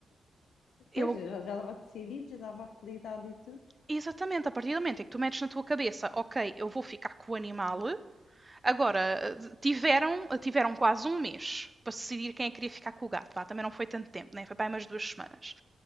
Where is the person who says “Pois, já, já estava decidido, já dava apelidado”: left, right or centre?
Left